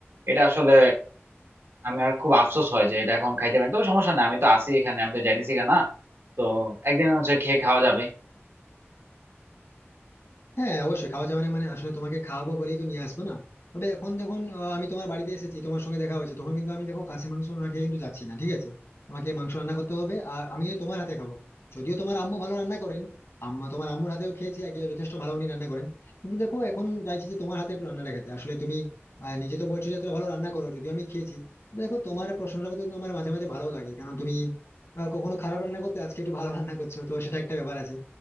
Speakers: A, on the right; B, on the left.
A: এটা আসলে আমি আর খুব আফসোস হয় যে এটা এখন খাইতে পারি তবে সমস্যা না আমি তো আছি এখানে আমি তো যাইতেছি গা না তো একদিন হচ্ছে খেয়ে খাওয়া যাবে
B: হ্যাঁ অবশ্যই খাওয়া যাবে না মানে আসলে তোমাকে খাওয়াবো বলেই তো নিয়ে আসবো না তবে এখন যখন আহ, আমি তোমার বাড়িতে এসেছি তোমার সঙ্গে দেখা হয়েছে তখন কিন্তু আমি দেখো খাসি মাংস না খেয়ে কিন্তু যাচ্ছি না ঠিক আছে আমাকে মাংস রান্না করতে হবে আর আমি কিন্তু তোমার হাতে খাবো যদিও তোমার আম্মু ভালো রান্না করেন আম্মা তোমার আম্মুর হাতেও খেয়েছি আগে যথেষ্ট ভালো উনি রান্না করেন কিন্তু দেখো এখন চাইছি যে তোমার হাতে একটু রান্নাটা খেতে আসলে তুমি আহ, নিজে তো বলছো যে এতটা ভালো রান্না করো যদিও আমি খেয়েছি তবে দেখো তোমার প্রশংসা করতে কিন্তু আমার মাঝে মাঝে ভালো লাগে কারণ তুমি আহ, কখনো খারাপ রান্না করতে আজকে একটু ভালো রান্না করছো তো সেটা একটা ব্যাপার আছে